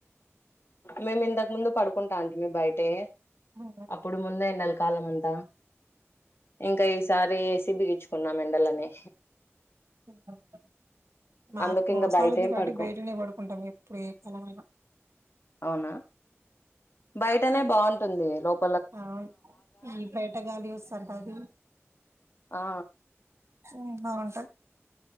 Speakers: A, on the left; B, on the right.
A: మేము ఇంతకు ముందు పడుకుంటా అంటిమీ బయట టే
B: హ్మ్.
A: అప్పుడు ముందే ఎండల కాలం అంటా ఇంకా ఈసారి ఏసి బిగించుకున్నాం ఎండలని
B: <unintelligible> నాకు
A: అందుకు ఇంకా
B: మూడుశాల
A: బయట
B: ఉంది
A: ఏం
B: కాబట్టి
A: పడుకోం
B: బయటనే పడుకుంటాం ఎప్పుడు ఏ కాలమైన
A: అవునా బయటనే బాగుంటుంది లోప్
B: అవును ఈ బయటా గాలి వూస్తుంటాది
A: ఆ
B: హు బాగుంటాయి